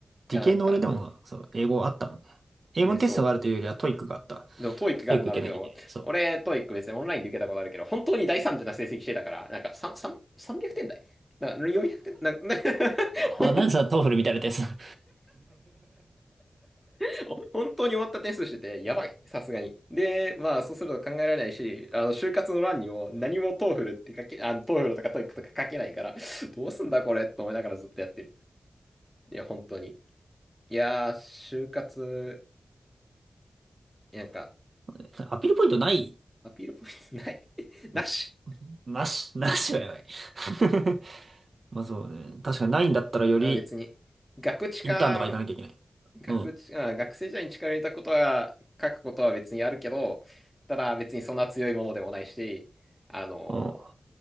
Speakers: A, on the right (about 65°); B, in the centre.
A: 理系の俺でも、
B: いや、なんか、
A: そう、英語あったもんね。英語のテストがあるというよりはトイックがあった。
B: うん、そう。でも、トーイックがあるんだろうけど、
A: トイック受けなきゃいけない。そう。
B: 俺、トーイック別にオンラインで受けたことあるけど、本当に大惨事な成績してたから、なんか、3、3、300点台な400点、な、な、<laughs> 本
A: あ、なんさ、トーフルみたいなテスト。
B: <laughs> 本当に終わった点数してて、やばい、さすがに。で、まあ、そうすると考えられないし、あの、就活の欄にも何もトーフルって書け、あの、トーフルとかトイックとか書けないから、どうすんだこれと思いながらずっとやってる。いや、本当に。いやー、就活、なんか、
A: <laughs> アピールポイントない
B: アピールポイントない <laughs> なし。
A: のなし、なしはやばい。<laughs> まあそうね。確かにないんだったらより
B: あ、別に。学知か、
A: インターンとか行かなきゃいけない。
B: 学知、
A: うん。
B: あ、学生時代に力を入れたことは、書くことは別にあるけど、ただ別にそんな強いものでもないし、あの、
A: うん。